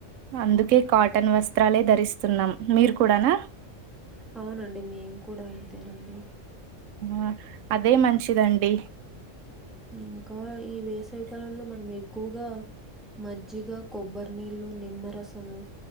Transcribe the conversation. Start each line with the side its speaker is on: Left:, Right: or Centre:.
Right: అందుకే కాటన్ వస్త్రాలే ధరిస్తున్నాం మీరు కూడానా
Centre: అవునండి మేం కూడా అంతేనండి
Right: ఆ అదే మంచిదండి
Centre: ఇంకా ఈ వేసవికాలంలో మనమే ఎక్కువగా మజ్జిగ కొబ్బరి నీళ్ళు నిమ్మరసము